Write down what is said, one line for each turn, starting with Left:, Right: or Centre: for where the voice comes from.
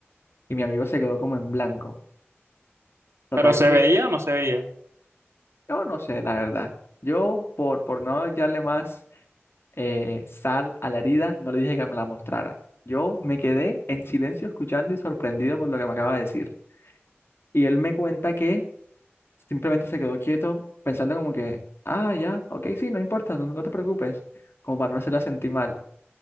Left: Y mi amigo se quedó como en blanco. Total
Right: ¿Pero se
Left: que
Right: veía o no se veía?
Left: yo no sé, la verdad. Yo, por, por no hallarle más eh, sal a la herida, no le dije que me la mostrara. Yo me quedé en silencio escuchando y sorprendido por lo que me acaba de decir. Y él me cuenta que simplemente se quedó quieto, pensando como que, ah, ya, ok, sí, no importa, no, no te preocupes, como para no hacerla sentir mal.